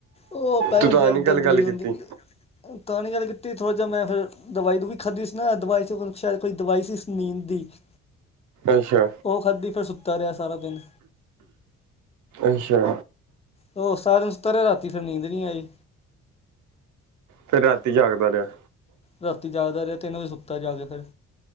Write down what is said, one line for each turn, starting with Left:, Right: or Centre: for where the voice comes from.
Left: ਉਹ ਪੈਰਾਂ
Right: ਤੂੰ ਤਾਂ
Left: ਚ ਯਾਰ
Right: ਨੀ
Left: ਦਰਦ
Right: ਗੱਲ ਗੱਲ
Left: ਬੜੀ
Right: ਕੀਤੀ
Left: ਹੁੰਦੀ ਪਈ। ਤਾਂ ਨ ਗੱਲ ਕੀਤੀ ਥੋੜ੍ਹਾ ਜਿਹਾ ਮੈਂ ਫੇਰ ਦਵਾਈ ਦੁਵਾਈ ਖਾਧੀ ਸੀ ਨਾ ਦਵਾਈ ਸ਼ਾਇਦ ਕੋਈ ਦਵਾਈ ਸੀ ਨੀਂਦ ਦੀ। <inaudible>
Right: ਅੱਛਾ
Left: ਉਹ ਖਾਧੀ ਫਿਰ ਸੁੱਤਾ ਰਿਹਾ ਸਾਰਾ ਦਿਨ
Right: ਅੱਛਾ
Left: ਉਹ ਸਾਰਾ ਦਿਨ ਸੁਤਾ ਰਿਹਾ ਰਾਤੀ ਫਿਰ ਨੀਂਦ ਨਹੀਂ ਆਈ
Right: ਫਿਰ ਰਾਤੀ ਜਾਗਦਾ ਰਿਹਾ
Left: ਰਾਤੀ ਜਾਗਦਾ ਰਿਹਾ, ਤਿੰਨ ਵਜੇ ਸੁੱਤਾ ਜਾ ਕੇ ਫੇਿਰ